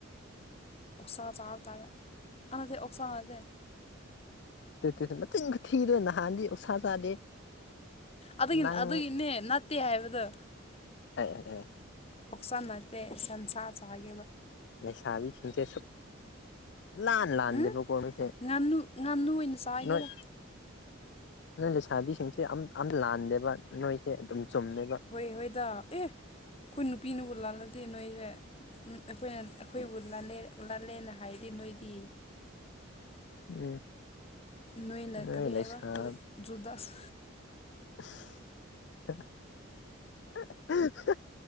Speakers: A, on the left; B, on the left.
A: ꯎꯁꯥ ꯆꯥ ꯇꯔꯦ ꯑꯗ ꯑꯣꯁꯥ ꯑꯗꯦ
B: ꯇꯦ ꯇ ꯃꯇꯆꯤꯟ ꯊꯤꯗꯣꯏ ꯅꯍꯥꯟꯗꯤ ꯎꯁꯥ ꯆꯥꯗꯦ
A: ꯑꯗꯨꯒꯤ
B: ꯅꯪ
A: ꯑꯗꯨꯒꯤꯅꯦ ꯅꯠꯇꯦ ꯍꯥꯏꯕꯗꯣ
B: ꯎ
A: ꯄꯣꯛꯆ ꯅꯠꯇꯦ ꯁꯟꯁꯥ ꯆꯥꯈꯤꯕ
B: ꯂꯩꯁꯥꯕꯤꯁꯤꯡꯁꯦ ꯁꯨꯞ ꯂꯥꯟ ꯂꯥꯟꯗꯕꯣ
A: ꯎꯝ
B: ꯀꯃꯤꯁꯦ
A: ꯉꯥꯅꯨ ꯉꯥꯅꯨ ꯑꯣꯏꯅ ꯆꯥꯒꯦꯗ
B: ꯅꯣꯏ ꯅꯣꯏ ꯂꯩꯁꯥꯕꯤꯁꯤꯡꯁꯦ ꯑꯝ ꯂꯥꯟꯗꯦꯕ ꯅꯣꯏꯁꯦ ꯑꯗꯨꯝ ꯆꯨꯝꯃꯦꯕ
A: ꯍꯣꯏ ꯍꯣꯏꯗ ꯑꯦ ꯑꯩꯈꯣꯏ ꯅꯨꯄꯤꯅꯕꯨ ꯂꯥꯜꯂꯗꯤ ꯅꯣꯏ ꯑꯩꯈꯣꯏꯅ ꯑꯩꯈꯣꯏꯕꯨ ꯂꯥꯂꯦ ꯂꯥꯜꯂꯦꯅ ꯍꯥꯏꯗꯤ ꯅꯣꯏꯗꯤ
B: ꯎꯝ
A: ꯅ ꯅ
B: ꯅꯣꯏ
A: ꯀꯔꯤ
B: ꯂꯩꯁꯥ
A: ꯍꯥꯏꯕ ꯖꯨꯗꯁ
B: <unintelligible>